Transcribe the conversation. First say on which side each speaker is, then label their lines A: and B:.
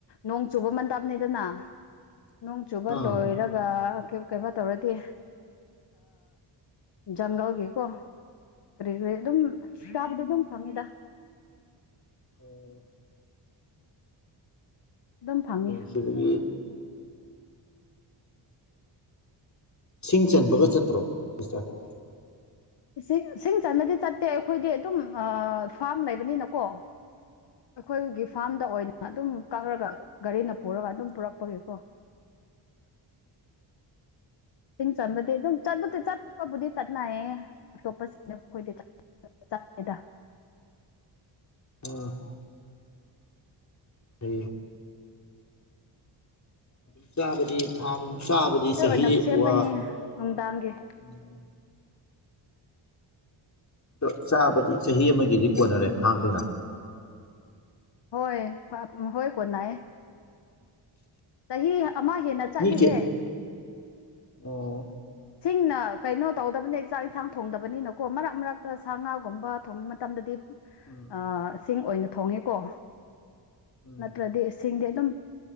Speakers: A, on the left (about 60°); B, on the left (about 35°).
A: ꯅꯣꯡ ꯆꯨꯕ ꯇꯞꯅꯤꯗꯅ ꯅꯣꯡ ꯆꯨꯕ
B: ꯑꯥ
A: ꯂꯣꯏꯔꯒ ꯀꯩꯕ ꯇꯧꯔꯗꯤ ꯖꯪꯒꯜꯒꯤꯀꯣ ꯀꯔꯤ ꯀꯔꯤ ꯑꯗꯨꯝ ꯆꯥꯕꯗꯤ ꯑꯗꯨꯝ ꯐꯪꯉꯤꯗ
B: ꯑꯣ
A: ꯑꯗꯨꯝ ꯐꯪꯉꯤ
B: ꯁꯨꯔꯒꯤ ꯁꯤꯡ ꯆꯟꯕꯒ ꯆꯠꯇ꯭ꯔꯣ ꯁꯤꯁꯇꯔ
A: ꯏꯁꯤꯡ ꯏꯁꯤꯡ ꯆꯟꯕꯗꯤ ꯆꯠꯇꯦ ꯑꯩꯈꯣꯏꯗꯤ ꯑꯗꯨꯝ ꯐꯥꯔꯝ ꯂꯩꯕꯅꯤꯅꯀꯣ ꯑꯩꯈꯣꯏꯒꯤ ꯐꯥꯔꯝꯗ ꯑꯣꯏꯅ ꯑꯗꯨꯝ ꯀꯛꯔꯒ ꯒꯥꯔꯤꯅ ꯄꯨꯔꯒ ꯑꯗꯨꯝ ꯄꯨꯔꯛꯄꯒꯦꯀꯣ <unintelligible> ꯏꯁꯤꯡ ꯆꯟꯕꯗꯤ ꯑꯗꯨꯝ ꯆꯠꯄꯗꯤ ꯆꯠꯄꯕꯨꯗꯤ ꯆꯠꯅꯌꯦ ꯑꯇꯣꯞꯄꯁꯤꯡꯅ ꯃꯈꯣꯏꯗꯤ ꯆꯗ
B: ꯎꯝ ꯍ ꯑꯗꯨꯝ ꯆꯥꯕꯗꯤ ꯐꯥꯝ ꯁꯕꯗꯤ ꯁꯍꯤ
A: ꯑꯣꯏꯅ ꯁꯦꯝꯒꯅꯤ
B: ꯋꯥ
A: ꯅꯨꯡꯗꯥꯡꯒꯤ
B: ꯎꯝ ꯑꯗꯣ ꯆꯥꯕꯗꯤ ꯆꯍꯤ ꯑꯃꯒꯤꯗꯤ ꯀꯣꯟꯅꯔꯦ ꯐꯥꯡꯗꯨꯅ
A: ꯍꯣꯏ ꯍꯣꯏ ꯀꯣꯅꯥ ꯆꯍꯤ ꯑꯃ ꯍꯦꯟꯅ ꯆꯠꯂꯦꯍꯦ
B: ꯃꯤ ꯀꯌꯥ ꯑꯣ
A: ꯁꯤꯡꯅ ꯀꯩꯅꯣ ꯇꯧꯗꯕꯅꯤ ꯆꯥꯛ ꯏꯟꯁꯥꯡ ꯊꯣꯡꯗꯕꯅꯤꯅꯀꯣ ꯃꯔꯛ ꯃꯔꯛꯇ ꯁꯥ ꯉꯥꯒꯨꯝꯕ ꯊꯣꯡꯕ ꯃꯇꯝꯗꯗꯤ
B: ꯎꯝ
A: ꯑ ꯁꯤꯡ ꯑꯣꯏꯅ ꯊꯣꯡꯉꯦꯀꯣ
B: ꯎꯝ
A: ꯅꯠꯇ꯭ꯔꯗꯤ ꯁꯤꯡꯗꯤ ꯑꯗꯨꯝ